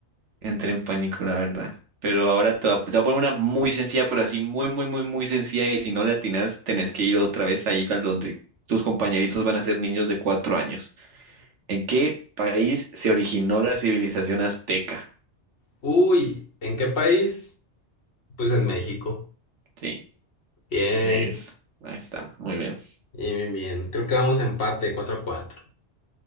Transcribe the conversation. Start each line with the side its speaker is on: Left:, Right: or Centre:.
Right: Entré en pánico, la verdad. Pero ahora te voy a, te voy a poner una muy sencilla, pero así muy, muy, muy, muy sencilla. Y si no le atinas, tenés que ir otra vez ahí a donde tus compañeritos van a ser niños de cuatro años. ¿En qué país se originó la civilización azteca?
Left: Uy, ¿en qué país? Pues en México.
Right: Sí,
Left: Bien.
Right: eso. Ahí está. Muy bien,
Left: Bien, bien, bien. Creo que vamos a empate cuatro a cuatro.